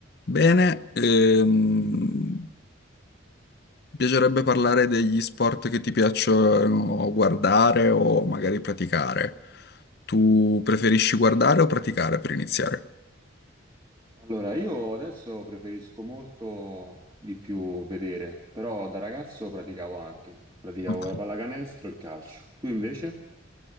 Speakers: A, on the left; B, on the right.
A: Bene, ehm, piacerebbe parlare degli sport che ti piacciono guardare o magari praticare. Tu preferisci guardare o praticare per iniziare?
B: Allora, io adesso preferisco molto di più vedere, però da ragazzo praticavo anche, praticavo
A: Ok.
B: la pallacanestro e il calcio. Tu invece?